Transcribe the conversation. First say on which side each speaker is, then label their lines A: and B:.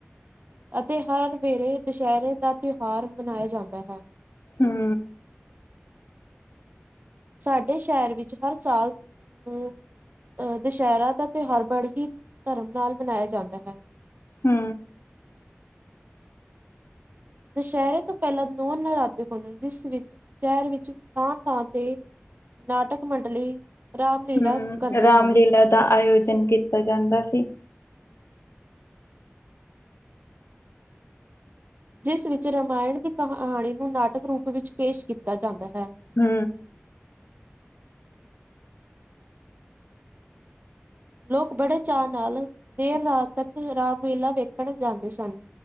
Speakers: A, on the right; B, on the left.
A: ਅਤੇ ਹਰ ਵੇਲੇ ਦੁਸਹਿਰੇ ਦਾ ਤਿਉਹਾਰ ਮਨਾਇਆ ਜਾਂਦਾ ਹੈ।
B: ਹੂੰ।
A: ਸਾਡੇ ਸ਼ਹਿਰ ਵਿੱਚ ਹਰ ਸਾਲ ਅਹ ਅਹ ਦੁਸਹਿਰਾ ਦਾ ਤਿਉਹਾਰ ਬੜ ਹੀ ਧਰਮ ਨਾਲ ਮਨਾਇਆ ਜਾਂਦਾ ਹੈ।
B: ਹੂੰ।
A: ਦੁਸਹਿਰੇ ਤੋਂ ਪਹਿਲਾਂ ਨੌ ਨਰਾਤੇ ਹਨ ਜਿਸ ਵਿੱਚ ਸ਼ਹਿਰ ਵਿੱਚ ਥਾਂ ਥਾਂ ਤੇ ਨਾਟਕ ਮੰਡਲੀ। ਰਾਮਲੀਲਾ
B: ਹੂੰ
A: ਕਰਦੇ
B: ਰਾਮਲੀਲਾ
A: ਹਨ।
B: ਦਾ ਆਯੋਜਨ। ਕੀਤਾ ਜਾਂਦਾ ਸੀ।
A: ਜਿਸ ਵਿੱਚ ਰਾਮਾਇਣ ਦੀ ਕਹਾਣੀ ਨੂੰ ਨਾਟਕ ਰੂਪ ਵਿੱਚ ਪੇਸ਼ ਕੀਤਾ ਜਾਂਦਾ। ਹੈ।
B: ਹੂੰ।
A: ਲੋਕ ਬੜੇ ਚਾਅ ਨਾਲ ਦੇਰ ਰਾਤ ਤੱਕ ਰਾਮਲੀਲਾ ਵੇਖਣ ਜਾਂਦੇ ਸਨ।